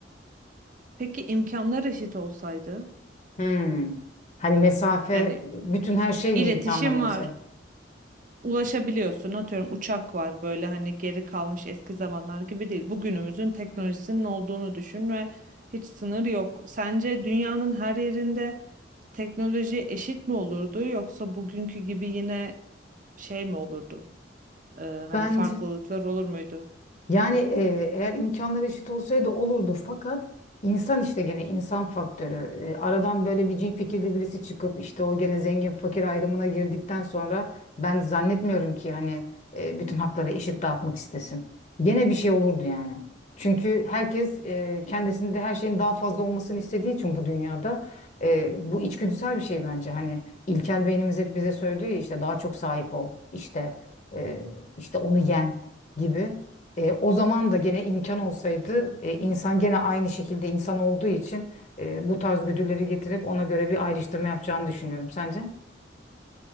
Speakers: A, on the right; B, on the left.
A: Peki imkanlar eşit olsaydı?
B: Hmm. Hani mesafe,
A: Yani
B: bütün
A: i-
B: her şey
A: iletişim
B: mi imkanlar olsaydı?
A: var, ulaşabiliyorsun. Atıyorum uçak var böyle hani geri kalmış eski zamanlar gibi değil. Bugünümüzün teknolojisinin olduğunu düşün ve hiç sınır yok. Sence dünyanın her yerinde teknoloji eşit mi olurdu yoksa bugünkü gibi yine şey mi olurdu? Ee, hani
B: Bence
A: farklılıklar olur muydu?
B: Yani e, eğer imkanlar eşit olsaydı olurdu fakat insan işte gene insan faktörü. E, aradan böyle bir cin fikirli birisi çıkıp işte o gene zengin fakir ayrımına girdikten sonra ben zannetmiyorum ki hani e, bütün hakları eşit dağıtmak istesin. Gene bir şey olurdu yani. Çünkü herkes e, kendisinde her şeyin daha fazla olmasını istediği için bu dünyada e, bu içgüdüsel bir şey bence. Hani ilkel beynimiz hep bize söylüyor ya işte daha çok sahip ol, işte e, işte onu yen gibi. E, o zaman da gene imkan olsaydı e, insan gene aynı şekilde insan olduğu için e, bu tarz güdüleri getirip ona göre bir ayrıştırma yapacağını düşünüyorum. Sence?